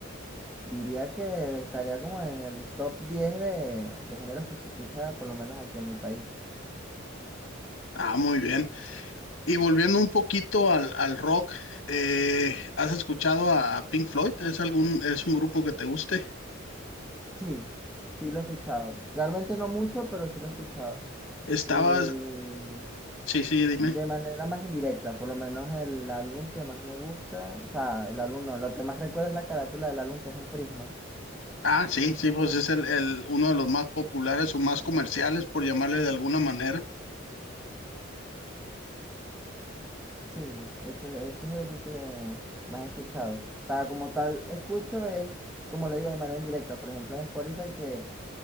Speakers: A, in the centre; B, on the left.
A: diría que estaría como en el top 10 de, de géneros que se escucha, por lo menos aquí en mi país.
B: Ah, muy bien. Y volviendo un poquito al, al rock, eh, ¿has escuchado a, a Pink Floyd? ¿Es algún, es un grupo que te guste?
A: Sí, sí lo he escuchado. Realmente no mucho, pero sí lo he escuchado.
B: Estabas,
A: Y
B: sí, sí, dime.
A: de manera más indirecta, por lo menos el álbum que más me gusta, o sea, el álbum no, lo que más recuerdo es la carátula del álbum que es un prisma.
B: Ah, sí, sí, pues es el, el, uno de los más populares o más comerciales, por llamarle de alguna manera.
A: Sí, ese, ese es el que más he escuchado. O sea, como tal, escucho es, como le digo, de manera indirecta. Por ejemplo, en Spotify que,